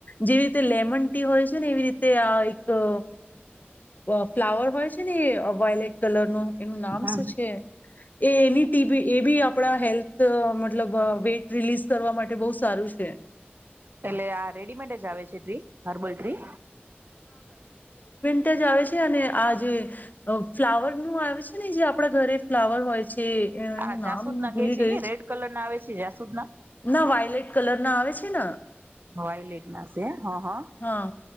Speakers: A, on the left; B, on the right.
A: જેવી રીતે લેમન ટી હોય છે, ને એવી રીતે આ એક અ અ ફ્લાવર હોય છે ને વાયલેટ કલરનું. એનું નામ
B: હમ.
A: શું છે એ એની ટી બી એબી આપણા હેલ્થ મતલબ વેઇટ રિલીઝ કરવા માટે બહુ સારું છે.
B: એટલે આ રેડીમેડ જ આવે છે, ટ્રી હર્બલ ટ્રી
A: તેજ આવે છે અને આ જે ફ્લાવર નું આવે છે ને જે આપડા ઘરે ફ્લાવર હોય છે. એનું
B: આ જાસૂદ
A: નામ હું
B: ના
A: ભૂલી
B: કે છે
A: ગયું
B: ઇ રેડ કલર ના આવે છે, જાસૂદ ના
A: ના વાયલેટ કલર ના આવે છે ને
B: વઇલેટ ના છે હ હ
A: હા